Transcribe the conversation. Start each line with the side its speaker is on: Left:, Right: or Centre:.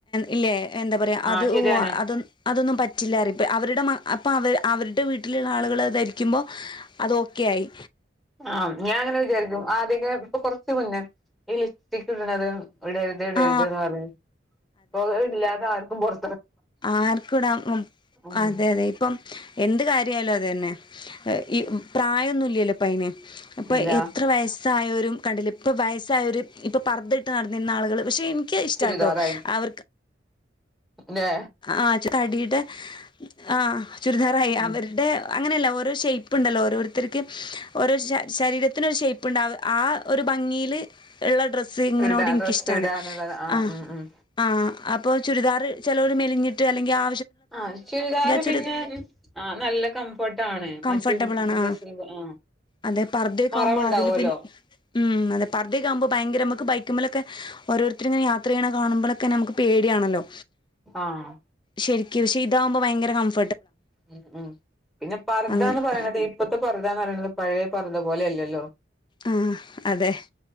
Left: ഇല്ലേ എന്താ പറയാ
Centre: ആഹ്
Left: അത്
Centre: ശരിയാണ്
Left: ഓ അതൊന്നും അതൊന്നും പറ്റില്ലാ പറയും അവരുടെ മ അപ്പോ അവരുടെ വീട്ടിലുള്ള ആളുകള് അത് ധരിക്കുമ്പോ അത് ഓക്കെ ആയി
Centre: ആഹ് ഞാൻ അങ്ങനെ വിചാരിക്കും ആദ്യവൊക്കെ ഇപ്പൊ കൊറച്ച് മുന്നേ ഈ ലിപ്സ്റ്റിക് ഇടണത് ഇടരുത് ഇടരുത്
Left: ആ
Centre: എന്ന് പറയും ഇപ്പൊ അത് ഇല്ലാതെ ആർക്കും പുറ
Left: ആർക്കും ഇടാം
Centre: ഉം
Left: അതെ അതെ ഇപ്പം എന്ത് കാര്യം ആയാലും അത് തന്നെ. ആ ഈ പ്രായവൊന്നും ഇല്ലല്ലൊ ഇപ്പോ അതിന് അപ്പൊ
Centre: ഇല്ല
Left: എത്ര വയസ്സായോരും കണ്ടില്ലേ ഇപ്പോ വയസ്സായോര് ഇപ്പോ പർദ്ദ നടന്നിരുന്ന ആളുകള് പക്ഷെ എനിക്കത് ഇഷ്ടാട്ടോ
Centre: ചുരിദാറായി
Left: അവർക്ക്
Centre: ല്ലേ
Left: ആഹ് ആ തടിയുടെ ആ ചുരിദാറായി
Centre: ഉം
Left: അവരുടെ അങ്ങനെയല്ല ഓരോ ഷേപ്പ് ഉണ്ടല്ലോ ഓരോരുത്തർക്ക് ഓരോ ശരീരത്തിനൊരു ഷേപ്പ് ഉണ്ടാവും ആ ഒരു ഭംഗില് ഉള്ള ഡ്രസ്സിങ്ങിനോട്
Centre: ഇടാ
Left: എനിക്ക്
Centre: ഡ്രസ്സ്
Left: ഇഷ്ടാണ്
Centre: ഇടാന്നുള്ളത്
Left: ആ
Centre: ഉം ഉം
Left: ആ അ പ്പോ ചുരിദാർ ചിലോര് മെലിഞ്ഞിട്ട് അല്ലങ്കിൽ ആ
Centre: ആഹ് ചുരിദാർ
Left: ചുരി
Centre: പിന്നെ ആ നല്ല കംഫർട്ട് ആണ്
Left: കംഫർട്ടബിൾ
Centre: മറ്റു
Left: ആണ്
Centre: ഡ്രസി
Left: ആ
Centre: ആ
Left: അതെ പർദ്ദയൊക്കെ
Centre: മറവുണ്ടാവുമല്ലോ
Left: ആകുമ്പോ അതിൽ പി ഉം അതെ പർദ്ദയൊക്കെ ആകുമ്പോ ഭയങ്കര നമക്ക് ബൈ ക്കുമേലൊക്കെ ഓരോരുത്തര് ഇങ്ങനെ യാത്ര ചെയ്യണ കാണുമ്പളൊക്കെ നമുക്ക് പേടിയാണല്ലോ
Centre: ആഹ്
Left: ശരിക്കു ക്ഷെ ഇതാഉമ്പോ ഭയങ്കര ക
Centre: ഉ ഉം പിന്നെ പർദന്ന്
Left: അങ്ങനെ
Centre: പറയണത് ഇപ്പത്തെ പർതാന്നെറിണത് പഴയ പറുത പോലെല്ലല്ലോ
Left: ആഹ് അതെ